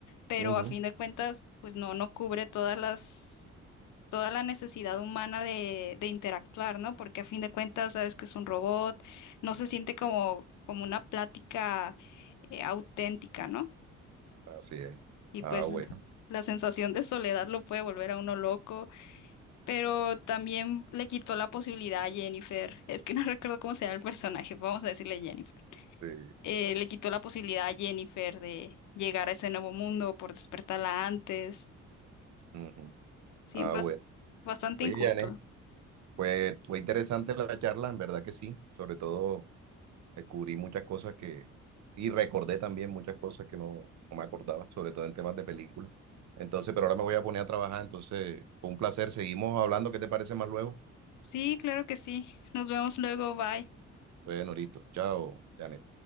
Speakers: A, on the left; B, on the right.
A: pero
B: ujú,
A: a fin de cuentas, pues no, no cubre todas las, toda la necesidad humana de, de interactuar, ¿no? Porque a fin de cuentas, sabes que es un robot, no se siente como, como una plática eh, auténtica, ¿no?
B: así es.
A: Y
B: Ah,
A: pues
B: bueno,
A: la sensación de soledad lo puede volver a uno loco. pero también le quitó la posibilidad a Jennifer. Es que no <laughs> recuerdo cómo se llama el personaje, vamos a decirle Jennifer.
B: sí,
A: Eh, le quitó la posibilidad a Jennifer de llegar a ese nuevo mundo por despertarla antes.
B: ujú,
A: Sí,
B: Ah,
A: bas-
B: bueno.
A: bastante
B: Oye,
A: injusto.
B: Janet, fue, fue interesante la charla, en verdad que sí, sobre todo descubrí muchas cosas que, y recordé también muchas cosas que no, no me acordaba, sobre todo en temas de películas. Entonces, pero ahora me voy a poner a trabajar, entonces fue un placer, seguimos hablando, ¿qué te parece más luego?
A: Sí, claro que sí. Nos vemos luego, bye.
B: Bueno, listo, chao, Janet.